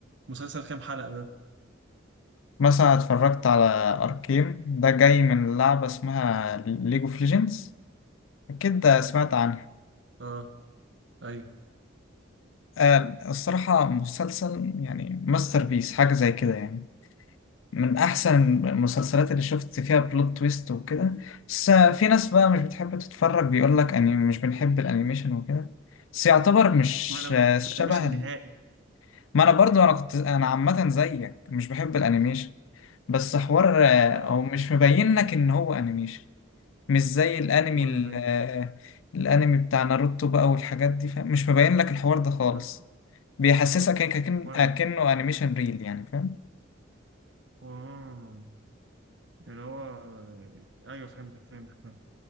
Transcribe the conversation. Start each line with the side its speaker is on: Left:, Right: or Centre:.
Right: مسلسل كام حلقة ده؟
Left: مثلا اتفرجت على اركين ده جاي من لعبة اسمها ليج اوف ليجندز أكيد سمعت عنها
Right: اه ايوه
Left: آه، الصراحة مسلسل يعني ماستر بيس حاجة زي كده يعني من أحسن المسلسلات اللي شفت فيها بلوت تويست وكده بس آه، في ناس بقى مش بتحب تتفرج بيقول لك أني مش بنحب الأنيميشن وكده بس يعتبر مش
Right: ما انا بحس
Left: آه، شبه
Right: مش النهائي
Left: ال- ما أنا برضو أنا كنت أنا عامة زيك مش بحب الأنيميشن بس حوار آه،
Right: اه
Left: أو مش مبين لك إن هو أنيميشن مش زي الأنمي
Right: امال
Left: ال-
Right: ما بين
Left: آه، الأنمي بتاع ناروتو بقى والحاجات دي فاهم؟ مش مبين لك الحوار ده خالص
Right: امال
Left: بيحسسك هيك كأن-
Right: امال ما-
Left: كأنه أنيميشن ريل يعني فاهم
Right: اه اللي هو ايوه فهمتك فهمتك فهمت